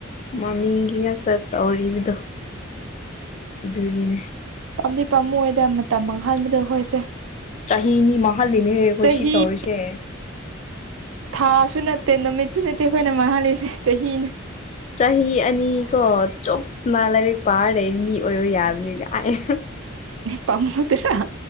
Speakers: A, on the left; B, on the right.
A: ꯃꯃꯤꯡꯒꯤ ꯉꯥꯛꯇ ꯇꯧꯔꯤꯕꯗꯣ ꯑꯗꯨꯒꯤꯅꯦ
B: ꯄꯥꯝꯗꯤ ꯄꯥꯝꯃꯨꯏꯗ ꯃꯇꯝ ꯃꯥꯡꯍꯟꯕꯗ ꯑꯩꯈꯣꯏꯁꯦ
A: ꯆꯍꯤꯅꯤ ꯃꯥꯡꯍꯜꯂꯤꯅꯦꯍꯦ ꯈꯣꯏ
B: ꯆꯍꯤ
A: ꯁꯤ ꯇꯧꯔꯤꯁꯦ
B: ꯊꯥꯁꯨ ꯅꯠꯇꯦ ꯅꯨꯃꯤꯠꯁꯨ ꯅꯠꯇꯦ ꯑꯩꯈꯣꯏꯅ ꯃꯥꯡꯍꯥꯜꯂꯤꯁꯦ ꯆꯍꯤꯅꯤ
A: ꯆꯍꯤ ꯑꯅꯤ ꯀꯣ ꯆꯨꯞꯅ ꯂꯥꯏꯔꯤꯛ ꯄꯥꯔ ꯃꯤ ꯑꯣꯏꯔꯣ ꯌꯥꯕꯅꯤ ꯅ <unintelligible>
B: ꯄꯝꯃꯨꯗꯔ